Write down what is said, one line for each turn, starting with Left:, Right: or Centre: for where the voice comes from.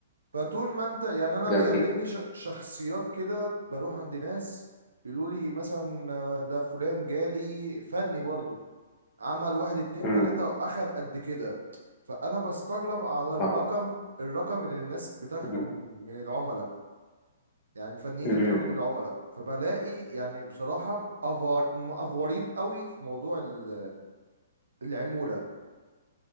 Right: فطول ما انت يعني انا
Left: جميل
Right: بيقابلني ش- شخصيات كده بروح عند ناس بيقولوا لي مثلا آه، ده فلان جالي فني برضو عمل واحد اتنين
Left: امم
Right: تلاته واخد قد كده فانا بستغرب على الرقم
Left: اه
Right: الرقم اللي الناس بتاخده
Left: امم
Right: من العملاء يعني الفنيين
Left: امم
Right: اللي بتاخده من العملاء فبلاقي يعني بصراحة أفار... مأفورين قوي في موضوع ال- العمولة